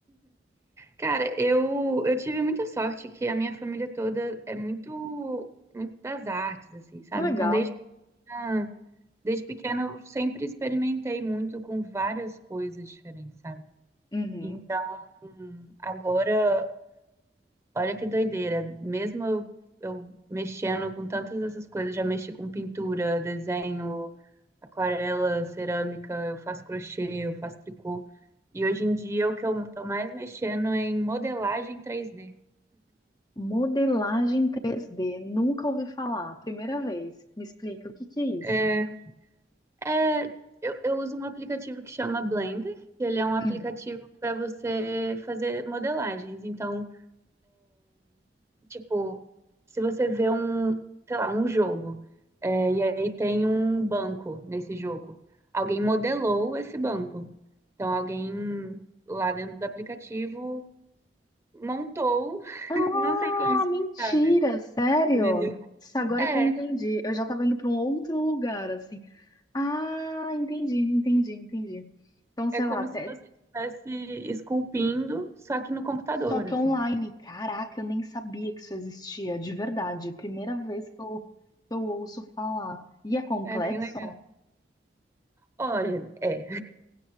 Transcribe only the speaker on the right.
Cara, eu, eu tive muita sorte que a minha família toda é muito, muito das artes, assim, sabe?
Então, desde pequena, desde pequena eu sempre experimentei muito com várias coisas diferentes, sabe?
Então, agora Olha que doideira. Mesmo eu, eu mexendo com tantas dessas coisas, já mexi com pintura, desenho, aquarela, cerâmica, eu faço crochê, eu faço tricô. E hoje em dia o que eu tô mais mexendo é em modelagem 3D.
É, é, eu, eu uso um aplicativo que chama Blender, que ele é um aplicativo
para você fazer modelagens. Então, tipo, se você vê um, sei lá, um jogo, é, e aí tem um banco nesse jogo. Alguém modelou esse banco. Então, alguém lá dentro do aplicativo montou, <laughs>
não sei como explicar,
mas
entendeu?
É,
é como
se você estivesse esculpindo, só que no computador,
assim.
É bem legal. Olha, é,